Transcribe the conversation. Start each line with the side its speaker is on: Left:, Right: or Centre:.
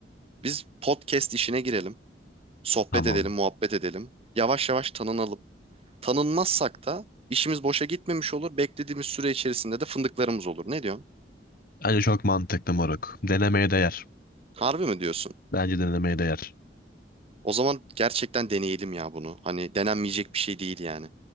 Right: biz podcast işine girelim, sohbet
Left: Tamam.
Right: edelim, muhabbet edelim, yavaş yavaş tanınalım. Tanınmazsak da işimiz boşa gitmemiş olur, beklediğimiz süre içerisinde de fındıklarımız olur. Ne diyorsun?
Left: Bence çok mantıklı moruk. Denemeye değer.
Right: Harbi mi diyorsun?
Left: Bence denemeye değer.
Right: O zaman gerçekten deneyelim ya bunu. Hani denenmeyecek bir şey değil yani.